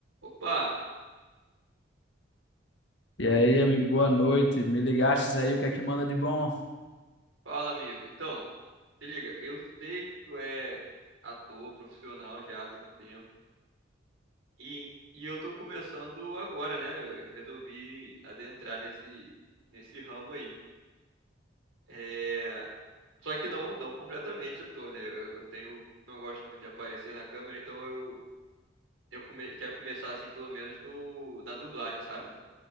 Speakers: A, on the right; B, on the left.
A: Opa,
B: E aí, amigo, boa noite. Me ligastes aí, o que é que manda de bom?
A: fala amigo. Então, se liga, eu sei que tu é ator profissional já tem um tempo e, e eu tô começando agora, né? Eu resolvi adentrar nesse nesse ramo aí. É, só que não, não completamente ator, né? Eu, eu tenho, não gosto muito de aparecer na câmera, então eu eu come- quero começar assim pelo menos no na dublagem, sabe?